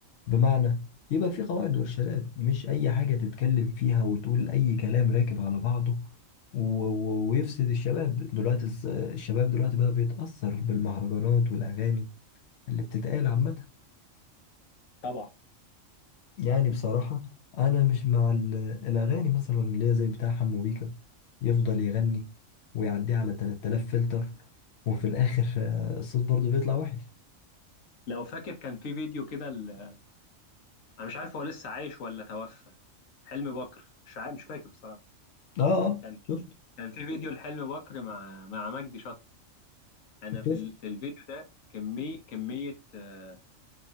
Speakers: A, on the left; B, on the left.
A: بمعنى يبقى في قواعد وارشادات مش اي حاجه تتكلم فيها وتقول اي كلام راكب على بعضه و- و- ويفسد الشباب دلوقتي الس- الشباب دلوقتي بقى بيتاثر بالمهرجانات والاغاني اللي بتتقال عامه
B: طبعا
A: يعني بصراحة أنا مش مع ال- الأغاني مثلا اللي هي زي بتاع حمو بيكا يفضل يغني ويعديه على 3000 فلتر وفي الآخر آه، الصوت برضه بيطلع وحش
B: لو فاكر كان في فيديو كده ل- انا مش عارف هو لسه عايش ولا توفى حلمي بكر مش عارف مش فاكر بصراحه
A: آه آه
B: كان
A: شفت
B: كان في فيديو لحلمي بكر مع مع مجدي شطه انا في
A: شفت
B: ال... في الفيديو ده كميه كميه آه،